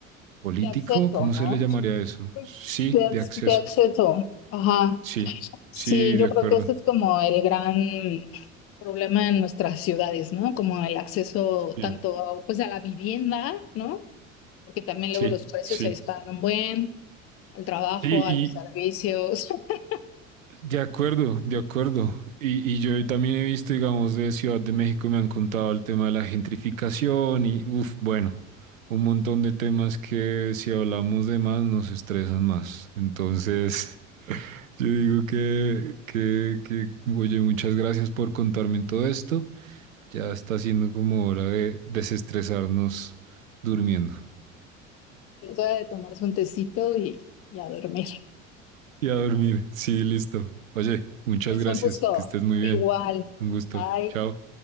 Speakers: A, on the right; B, on the left.
A: ¿Político?
B: De acceso,
A: ¿Cómo
B: ¿no?
A: se le llamaría eso?
B: Pues
A: Sí,
B: de, ac-
A: de acceso.
B: de acceso, ajá.
A: Sí,
B: Sí,
A: sí,
B: yo
A: de acuerdo.
B: creo que ese es como el gran problema en nuestras ciudades, ¿no? Como el acceso
A: Sí,
B: tanto pues a la vivienda, ¿no? Porque también
A: sí,
B: luego los precios
A: sí.
B: se disparan un buen, al trabajo,
A: Sí,
B: a
A: y
B: los servicios, <laughs>
A: de acuerdo, de acuerdo. Y, y yo también he visto, digamos, de Ciudad de México, me han contado el tema de la gentrificación y, uff, bueno, un montón de temas que si hablamos de más nos estresan más. Entonces, <laughs> yo digo que, que, que, oye, muchas gracias por contarme todo esto. Ya está siendo como hora de desestresarnos durmiendo.
B: es hora de tomarse un tecito y, y a dormir.
A: Y a dormir. Sí, listo. Oye, muchas
B: Pues
A: gracias.
B: un gusto,
A: Que estés muy
B: igual,
A: bien. Un gusto.
B: bye.
A: Chao.